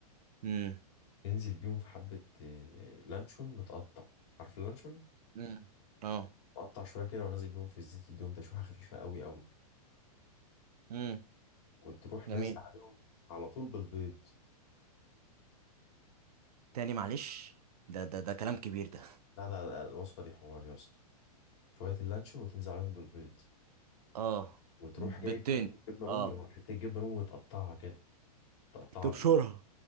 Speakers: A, on the right; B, on the left.
A: امم
B: تنزل بيهم في حبة آه، لانشون متقطع عارف اللانشون
A: امم اه
B: مقطع شوية كده ونازل بيهم في الزيت يديهم تشويحة خفيفة قوي قوي
A: امم
B: وتروح
A: جميل
B: نازل عليهم على طول بالبيض
A: تاني معلش ده ده ده كلام كبير ده
B: لا لا لا الوصفة دي حوار يا اسطى شوية اللانشون وتنزل عليهم بالبيض
A: اه
B: وتروح
A: بالتاني
B: جايب حتة جبنة رومي
A: اه
B: أو حتة جبنة رومي وتقطعها كده تقطعها
A: تبشرها
B: بإيدك